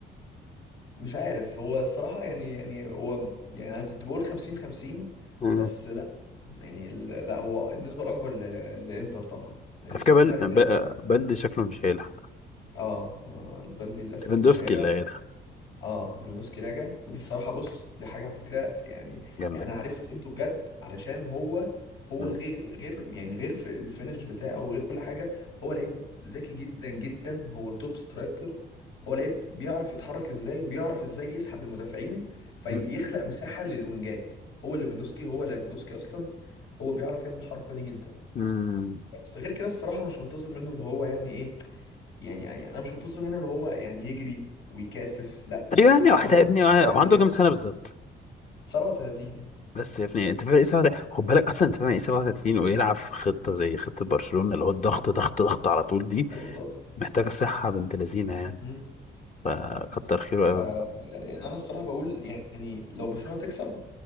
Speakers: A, on the left; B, on the left.
A: مش عارف هو الصراحة يعني يعني هو يعني انا كنت بقول 50 50
B: مم.
A: بس لا يعني ال- لا هو النسبة الأكبر ل- لإنتر طبعا
B: على
A: 60
B: فكرة بل...
A: 40
B: ب- بلدي شكله مش هيلعب
A: اه آه، البلدي للأسف
B: ليفاندوفسكي
A: مش هيرجع
B: اللي هيلعب
A: اه ليفاندوسكي راجع ودي الصراحه بص دي حاجه على فكره يعني,
B: جامدة
A: يعني انا
B: جدا
A: عرفت قيمته بجد علشان هو هو
B: مم.
A: غير غير يعني غير في الفينش بتاعه وغير كل حاجه هو لعيب ذكي جدا جدا هو توب سترايكر هو لعيب بيعرف يتحرك ازاي وبيعرف ازاي يسحب المدافعين فيخلق
B: مم.
A: مساحه للوينجات هو ليفاندوسكي هو ليفاندوسكي اصلا هو بيعرف يعمل الحركه دي جدا
B: مم.
A: بس غير كده الصراحه مش منتظر منه اللي هو يعني ايه يعني يعني انا مش منتظر منه اللي هو يعني يجري ويكاتف لا
B: أيوة يعني
A: انا
B: واحد
A: انا منتظر
B: يا ابني
A: منه
B: هو
A: اللي هو يبقى
B: عنده
A: ذكي
B: كام سنة بالظبط
A: 37
B: بس يا ابني أنت فاهم إيه 37 خد بالك أصلا أنت فاهم إيه 37 ويلعب في خطة زي خطة برشلونة اللي هو الضغط ضغط ضغط على طول دي
A: ايوه طب
B: محتاجة صحة بنت لذينة يعني
A: مم.
B: آه،
A: بس
B: كتر خيره أوي
A: يعني انا الصراحه بقول يعني لو برشلونه تكسب